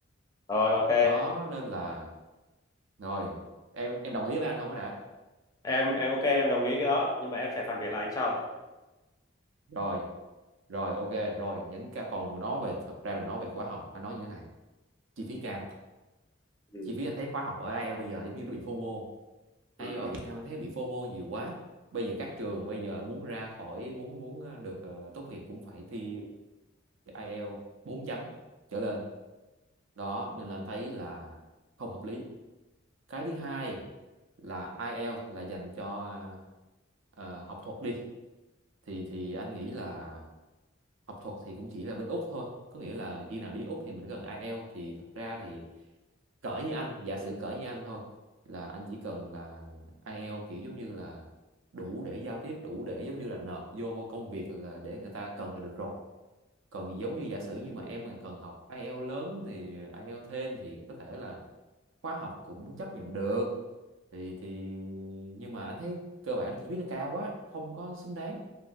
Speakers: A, on the left; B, on the right.
A: rồi ok
B: đó nên là rồi em em đồng ý với anh không có đã
A: em em ok em đồng ý cái đó nhưng mà em sẽ phản biện lại anh sau
B: rồi rồi ok rồi những cái còn nói về thật ra là nói về khóa học anh nói như thế này chi phí cao
A: ừ.
B: chi phí anh thấy khóa học ở IELTS bây giờ giống như nó bị FOMO
A: ừ,
B: IELTS
A: ừ.
B: ở Việt Nam anh thấy bị FOMO nhiều quá bây giờ các trường bây giờ muốn ra khỏi muốn muốn ờ, được ờ, tốt nghiệp cũng phải thi IELTS 4 chấm trở lên đó nên là anh thấy là không hợp lý cái thứ hai là IELTS là dành cho ờ, học thuật đi thì thì anh nghĩ là học thuật thì cũng chỉ là bên Úc thôi có nghĩa là khi nào đi Úc thì mình cần IELTS thì thật ra thì cỡ như anh giả sử cỡ như anh thôi là anh chỉ cần là ai IELTS kiểu giống như là đủ để giao tiếp đủ để giống như là nộp vô công việc là để người ta cần là được rồi còn giống như giả sử
A: Ừ.
B: như mà em mà cần học ai IELTS lớn thì ai IELTS thêm thì có thể là khóa học cũng chấp nhận được thì thì nhưng mà anh thấy cơ bản chi phí nó cao quá không có xứng đáng